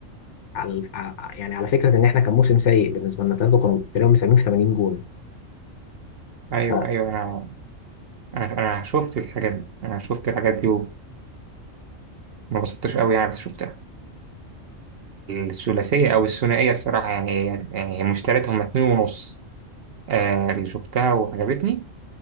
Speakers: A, on the left; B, on the right.
A: على على- يعني على فكره ان احنا كان موسم سيء بالنسبه لنا ثلاثه كانوا تقريبا مساهمين في 80 جون
B: أيوه
A: ف
B: أيوه أنا أنا أنا شفت الحاجات دي أنا شفت الحاجات دي وما ما بسطتش قوي يعني بس شفتها الثلاثية أو الثنائية الصراحة يعني يعني هي مش تلاتة هما اتنين ونص آه اللي شفتها وعجبتني